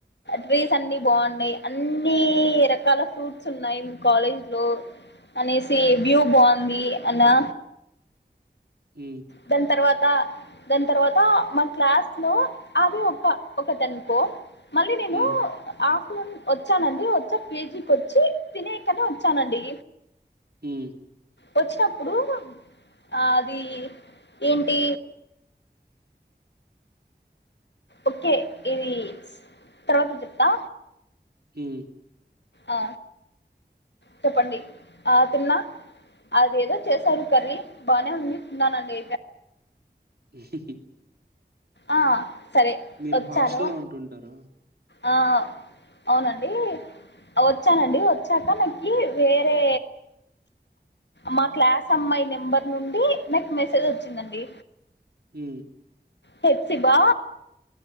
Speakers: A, on the left; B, on the right.
A: ట్రీస్ అన్ని బాన్నాయ్ అన్ని రకాల ఫ్రూట్స్ ఉన్నాయ్ మీ కాలేజ్ లో అనేసి వ్యూ బాగుంది అనా
B: హ్మ్
A: దాన్ తర్వాత దాన్ తర్వాత మా క్లాస్ లో అవి ఒక ఒకట అనుకో మళ్ళీ నేను
B: ఉమ్
A: ఆఫ్టర్నూన్ వచ్చానండి వచ్చా పేజీకి వచ్చి తినేకనీ వచ్చానండి
B: హ్మ్
A: వచ్చినప్పుడు ఆ అది ఏంటి ఓకే ఇది తర్వాత చెప్తా
B: హ్మ్
A: ఆ చెప్పండి ఆ తిన్నా అది ఏదో చేశారు కర్రీ బానే ఉంది. తిన్నానండి.
B: <unintelligible>
A: ఆ సరే
B: మీరు
A: ఒచ్చాను
B: హాస్టల్లో ఉంటుంటారా
A: ఆ అవునండి, వచ్చానండి వచ్చాక నాకి వేరే మా క్లాస్ అమ్మాయి నెంబర్ నుండి నాకు మెసేజ్ వచ్చిందండి.
B: మ్
A: తెచ్చి బా